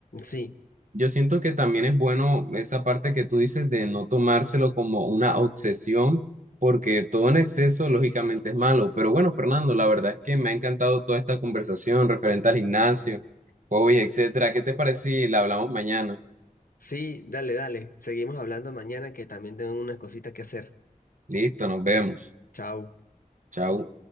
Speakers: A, on the left; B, on the right.
A: Sí,
B: Yo siento que también es bueno esa parte que tú dices de no tomárselo como una obsesión, porque todo en exceso lógicamente es malo. Pero bueno, Fernando, la verdad es que me ha encantado toda esta conversación referente al gimnasio, hobbies, etcétera. ¿Qué te parece si la hablamos mañana?
A: sí, dale, dale. Seguimos hablando mañana que también tengo unas cositas que hacer.
B: Listo, nos vemos.
A: Chao.
B: Chao.